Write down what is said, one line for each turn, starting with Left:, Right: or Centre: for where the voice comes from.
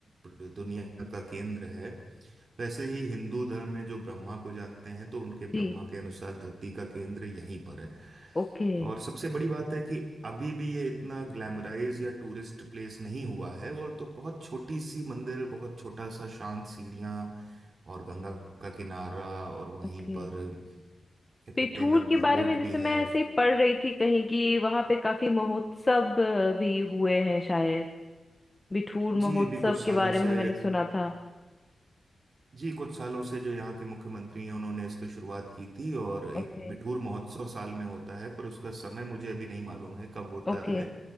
Right: दुनिया का केंद्र है वैसे ही हिंदू धर्म में जो ब्रह्मा को जानते हैं तो उनके
Left: जी
Right: ब्रह्मा के अनुसार धरती का केंद्र यहीं पर है
Left: Okay
Right: और सबसे बड़ी बात है कि अभी भी ये इतना ग्लैमराइज या टूरिस्ट प्लेस नहीं हुआ है और तो बहुत छोटी सी मंदिर बहुत छोटा सा शांत सीढ़ियाँ और गंगा का किनारा और वहीं
Left: okay
Right: पर क्या
Left: पिठूर
Right: कहते हैं
Left: के बारे
Right: बोट
Left: में जैसे
Right: भी
Left: मैं
Right: है
Left: ऐसे ही पढ़ रही थी कहीं कि वहां पे काफी महोत्सव अ, भी हुए हैं शायद बिठूर
Right: जी
Left: महोत्सव
Right: अभी कुछ सालों
Left: के बारे में
Right: से
Left: मैंने सुना था
Right: जी कुछ सालों से जो यहाँ के मुख्यमंत्री हैं उन्होंने इसकी शुरुआत की थी और एक
Left: ओके
Right: बिठूर महोत्सव साल में होता है पर उसका समय मुझे अभी नहीं मालूम है कब होता
Left: ओके
Right: है